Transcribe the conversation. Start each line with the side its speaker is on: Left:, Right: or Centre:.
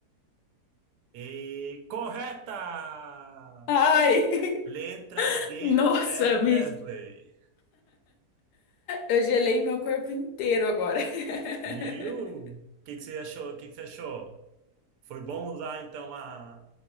Right: E correta!
Left: Ai,
Right: Letra
Left: <laughs>
Right: D,
Left: nossa,
Right: Fred
Left: me...
Right: Wesley.
Left: eu gelei meu corpo inteiro agora. <laughs>
Right: Viu? O que que você achou? O que que você achou? Foi bom usar então a,